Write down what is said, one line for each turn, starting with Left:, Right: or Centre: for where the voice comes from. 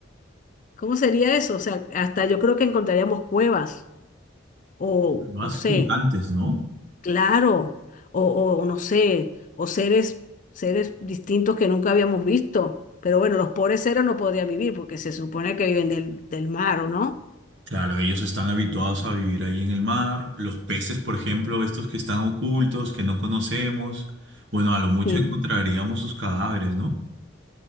Left: ¿Cómo sería eso? O sea, hasta yo creo que encontraríamos cuevas o,
Right: más
Left: no sé,
Right: gigantes, ¿no?
Left: Claro, o, o no sé, o seres, seres distintos que nunca habíamos visto. Pero bueno, los pobres seres no podrían vivir porque se supone que viven del, del mar, ¿o no?
Right: Claro, ellos están habituados a vivir ahí en el mar. Los peces, por ejemplo, estos que están ocultos, que no conocemos. Bueno, a lo mucho
Left: Sí.
Right: encontraríamos sus cadáveres, ¿no?